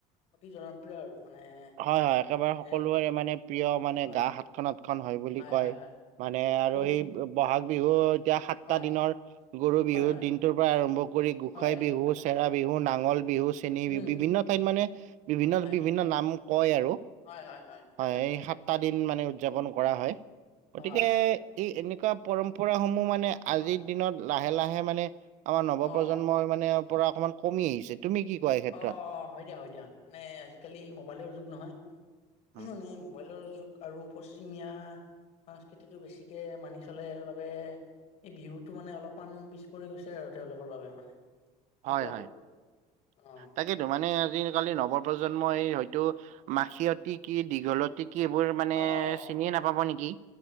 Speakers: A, on the left; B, on the right.
A: অতি জন প্ৰিয় আৰু মানে
B: হয়, হয়। একেবাৰে
A: মানে
B: সকলোৰে মানে, প্ৰিয় মানে,
A: হয়
B: গা হাত হাত খন, আঠ খন হয় বুলি কয়।
A: হয় হয়
B: মানে আৰু
A: তুমি
B: সেই, বহাগ বিহুত এতিয়া, সাতটা
A: হয়,
B: দিনৰ গৰু
A: হয়,
B: বিহু
A: হয়,
B: দিনটোৰ পৰা আৰম্ভ কৰি গোঁসাই
A: হয়,
B: বিহু,
A: তাকেতো
B: চেৰা বিহু, নাঙল বিহু, চেনী
A: উম,
B: বিহু। বিভিন্ন ঠাইত মানে, বিভিন্ন,
A: হয়,
B: বিভিন্ন নাম কয় আৰু।
A: হয়, হয়, তাকেতো
B: হয়! সাতটা দিন মানে, উদযাপন কৰা হয়। গতিকে,
A: হয়,
B: এই, এনেকুৱা পৰম্পৰা সমূহ মানে, আজিৰ
A: হয়,
B: দিনত লাহে, লাহে মানে আমাৰ নৱপ্ৰজন্মই
A: অ',
B: মানে, পৰা অকণমান কমি আহিছে। তুমি কি কোৱা এই ক্ষেত্ৰত?
A: অ'! হয় দিয়া! হয় দিয়া! মানে, আজিকালি মোবাইলৰ যুগ নহয়। <unintelligible>
B: উম,
A: মবাইলৰ যুগ আৰু পশ্চিমীয়া সংস্কৃতিটো বেছিকে মানি চলে বাবে এই বিহুটো মানে, অলপমান পিছ পৰি গৈছে আৰু তেওঁলোকৰ বাবে মানে। কি
B: হয়!
A: কোৱা
B: হয়!
A: অ',
B: তাকেইতো! মানে, আজিকালি নৱ প্ৰজন্মই এই হয়তো
A: হয়,
B: মাখিয়ত তী কি? দীঘলতি কি? এইবোৰ মানে
A: অ',
B: চিনিয়ে নাপাব নেকি?